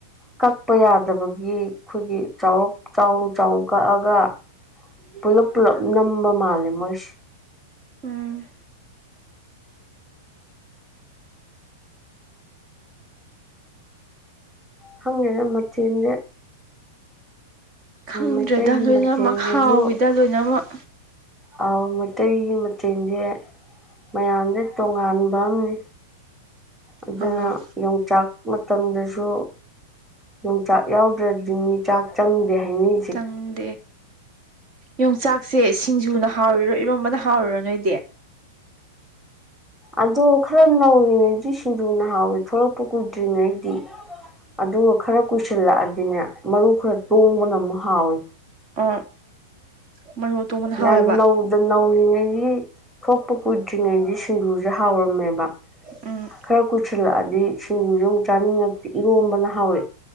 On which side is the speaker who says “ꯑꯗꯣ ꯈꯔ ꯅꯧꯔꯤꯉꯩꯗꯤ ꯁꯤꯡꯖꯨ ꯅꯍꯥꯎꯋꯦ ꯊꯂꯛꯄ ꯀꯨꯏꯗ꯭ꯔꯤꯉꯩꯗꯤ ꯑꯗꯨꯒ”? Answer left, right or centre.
Centre